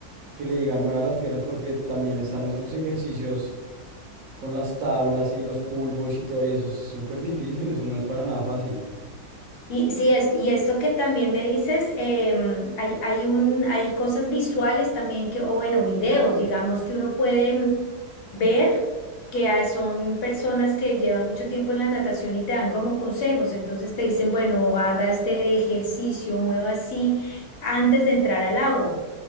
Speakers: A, on the right; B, on the left.
A: que le diga mueva las piernas porque también están esos ejercicios con las tablas y los pull boys y todo y eso es súper difícil, eso no es para nada fácil.
B: Y sí, es, y esto que también me dices, em, hay, hay un, hay cosas visuales también que, o bueno, videos, digamos, que uno puede mm, ver, que ah, son personas que llevan mucho tiempo en la natación y te dan como consejos. Entonces te dicen, bueno, haga este ejercicio, mueva así antes de entrar al agua.